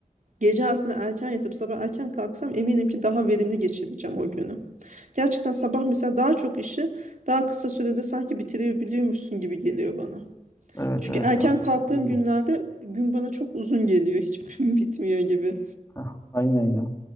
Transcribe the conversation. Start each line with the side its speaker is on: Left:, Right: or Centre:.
Right: gece aslında erken yatıp sabah erken kalksam eminim ki daha verimli geçireceğim o günü. Gerçekten sabah mesela daha çok işi daha kısa sürede sanki bitirebiliyormuşsun gibi geliyor bana.
Left: Evet
Right: Çünkü
Left: evet.
Right: erken
Left: aynı şekilde
Right: kalktığım
Left: oluyor.
Right: günlerde gün bana çok uzun geliyor. Hiç <laughs> bitmiyor gibi.
Left: Hah, Aynen ya.